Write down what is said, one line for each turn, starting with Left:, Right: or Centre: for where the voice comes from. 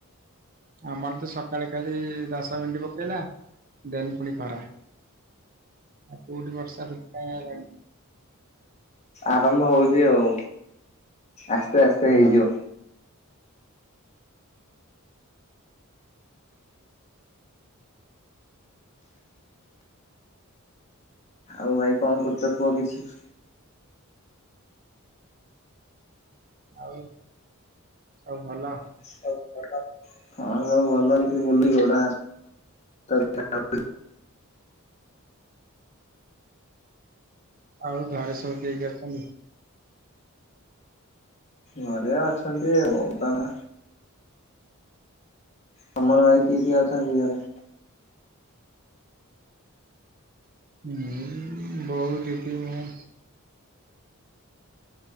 Right: ଆମର ତ ସକାଳେ ଖାଲି ଦଶ ମିନିଟ୍ ପକେଇଲା। ଦେନ୍ ପୁଣି ଖରା। ଆଉ କୋଉଠି ବର୍ଷା ଋତୁ କାଇଁ ଆଇଲାଣି?
Left: ଆରମ୍ଭ ହଉଚି ଆଉ, ଆସ୍ତେ ଆସ୍ତେ
Right: ହୁଁ।
Left: ହେଇଯିବ ଆଉ ଭାଇ କଣ କରୁଛ, କୁହ କିଛି?
Right: ଆଉ, ସବୁ ଭଲ?
Left: ହଁ ସବୁ ଭଲ। ଏମିତି ବୁଲି ଗୋଡ ହାତ <unintelligible>
Right: ଆଉ ଘରେ ସବୁ କିଏ କିଏ ଅଛନ୍ତି?
Left: ଘରେ ଅଛନ୍ତି ଆଉ, କଣ? ତମର ଭାଇ କିଏ କିଏ ଅଛନ୍ତି ଘରେ?
Right: ଉଁ ବୋଉ, ଦିଦି, ମୁଁ।